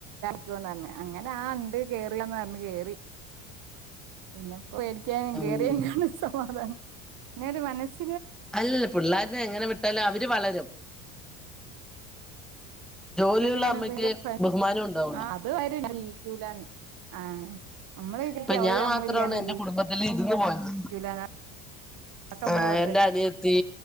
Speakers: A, on the right (about 50°); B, in the centre.
A: ന്ന് പറഞ്ഞ് അങ്ങനെ ആ ഉണ്ട് കേറിയന്ന് പറഞ്ഞ് കേറി പിന്നെ മേടിക്കാനും
B: ഉം
A: കേയറിയാണ് സമാധാനം ഇന്നരു മനസ്
B: അല്ലല്ല പിള്ളോരിനെ എങ്ങനെ വിട്ടാലും അവര് വളരും ജോലിയുള്ള
A: പുറത്തേക്ക് ഇങ്ങനെ
B: അമ്മയ്ക്ക് ബഹുമാനം ഉണ്ടാവുള്ളു
A: അത് ആരും ജൂല ആ നമ്മള് വിചാരിക്കും
B: ഇപ്പൊ
A: അവര്
B: ഞാൻ
A: നമ്മളില്ലാണ്ട്
B: മാത്രമാണ് എന്റെ കുടുംബത്തില് ഇരുന്ന് പോയത്
A: ജീവിക്കൂലാന്ന് അതൊക്കെ നമ്മള്
B: ആ
A: വെറുതെ
B: എന്റെ അനിയത്തി